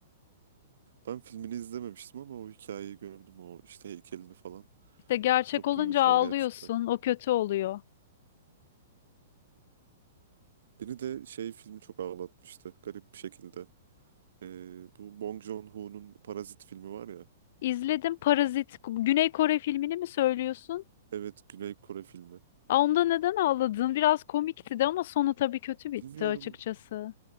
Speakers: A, on the right; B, on the left.
A: Ben filmini izlememiştim ama o hikayeyi gördüm. O işte heykelini falan.
B: İşte gerçek
A: Çok
B: olunca
A: duygusal
B: ağlıyorsun,
A: gerçekten.
B: o kötü oluyor.
A: Beni de şey filmi çok ağlatmıştı. Garip bir şekilde. E, bu Bong Joon-ho'nun Parazit filmi var ya.
B: İzledim Parazit, Güney Kore filmini mi söylüyorsun?
A: Evet Güney Kore filmi.
B: Aa, onda neden ağladın? Biraz komikti de ama sonu tabii kötü bitti
A: Bilmiyorum
B: açıkçası.